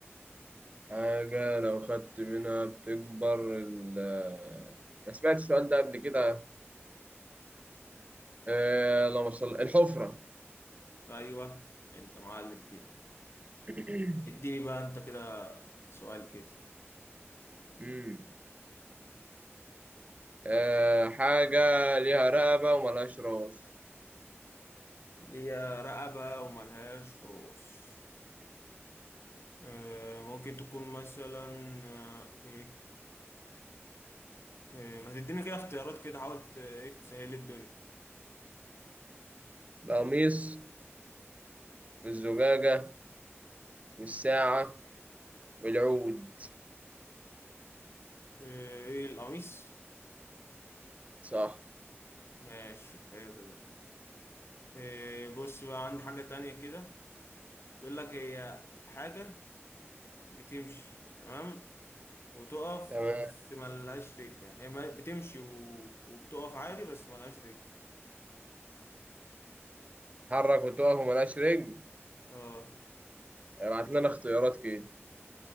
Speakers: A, on the right (about 30°); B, on the left (about 60°).
A: حاجة لو خدت منها بتكبر ال آه، أنا سمعت السؤال ده قبل كده آه، لو وصل الحفرة
B: هي ايوه انت معلم كده
A: <clears throat>
B: اديني بقى انت كده سؤال كده
A: مم. آه، حاجة ليها رقبة وملهاش راس
B: اللي هي رقبة وملهاش رؤوس آه، ممكن تكون مثلا آه، ايه آه، ما تدينا كده اختيارات كده حاولت ايه تسهل لي الدنيا
A: القميص والزجاجة والساعة والعود
B: آه، ايه القميص
A: صح
B: ماشي حلو ده آه، بص بقى عندي حاجة تانية كده بيقول لك هي حاجة بتمشي تمام وتقف
A: تمام
B: بس ملهاش رجل يعني هي ما- بتمشي و- وبتقف عادي بس ملهاش رجل
A: تتحرك وتقف وملهاش رجل
B: اه
A: ابعت لنا اختيارات كده